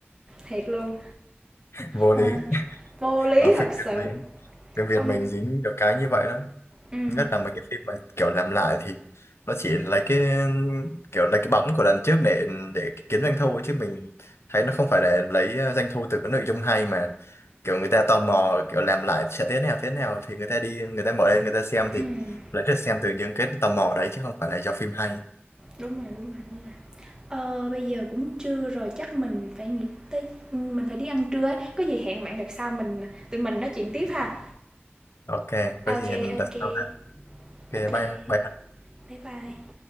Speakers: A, on the right; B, on the left.
A: thiệt luôn
B: <laughs> vô
A: à,
B: lý
A: vô lý
B: ở phim
A: thật sự
B: Việt mình phim Việt
A: không
B: mình dính được cái như vậy đó
A: Ừm,
B: nhất là mấy cái phim mà kiểu làm lại thì nó chỉ lấy cái kiểu lấy cái bóng của lần trước để để kiếm doanh thu ấy, chứ mình thấy nó không phải là lấy uh, doanh thu từ cái nội dung hay mà kiểu người ta tò mò kiểu làm lại sẽ thế nào thế nào thì người ta đi người ta mở lên người ta xem thì
A: ừm,
B: lấy được xem từ những cái tò mò đấy chứ không phải là do phim hay
A: đúng rồi, đúng rồi, đúng rồi. Ờ, bây giờ cũng trưa rồi, chắc mình phải nghĩ tới ừ, mình phải đi ăn trưa ấy, có gì hẹn bạn đợt sau mình tụi mình nói chuyện tiếp ha.
B: ok có
A: OK,
B: gì
A: OK,
B: đặt sau ha ok
A: OK,
B: bye bye
A: bye bye.